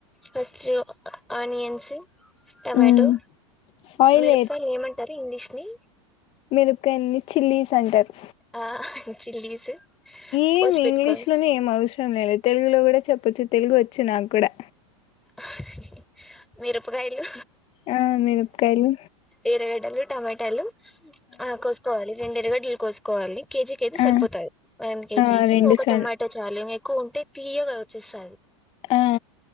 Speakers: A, in the centre; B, on the left.
A: ఫస్ జో ఆనియన్స్ టమాటో
B: హ్మ్ ఆయిల్
A: మిరపలు ఏమంటారు ఇంగ్లీష్ ని
B: మేరకయల్ని చిల్లీస్ అంటారు
A: ఆ చిల్లీస్
B: ఏం
A: కోసి పెట్టుకోవాలి
B: ఇంగ్లీష్ లోనే ఏం అవసరం లేదు తెలుగులో కూడా చె కొంచం తెలుగు వ వచ్చు నాకు కూడా
A: ఆ మీరుపుగాయాలు
B: ఆ మనుపకాయాలు
A: ఎరగడ్డలు టమాటాలు ఆ కోసుకోవాలి రెండే ఎల్లిగడ్లు కోసుకోవాలి కేజీకి అయితే సరిపోతది
B: ఆ
A: వన్ కేజీకి
B: ఆ రెండు
A: ఒక
B: సార్లు
A: టొమాటా చాలు ఇంగా ఎ కొంటే తీయగా వచ్చేస్తాది
B: ఆ